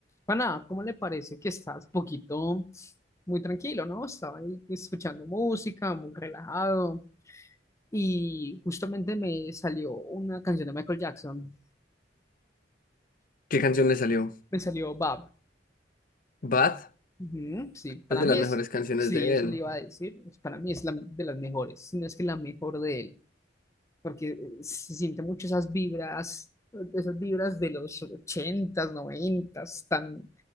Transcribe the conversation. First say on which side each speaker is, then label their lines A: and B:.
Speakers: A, on the left (about 15°); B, on the left (about 50°).
A: Pana, ¿cómo le parece que estás poquito muy tranquilo, ¿no? Estaba ahí escuchando música, muy relajado, y justamente me salió una canción de Michael Jackson,
B: ¿Qué canción le salió?
A: me salió Bob
B: Bad
A: Ujú, Sí, para
B: es de
A: mí
B: las
A: es,
B: mejores canciones
A: sí,
B: de
A: eso
B: él.
A: le iba a decir, pues, para mí es la de las mejores, si no es que la mejor de él, porque eh, se siente mucho esas vibras, esas vibras de los ochentas, noventas, tan,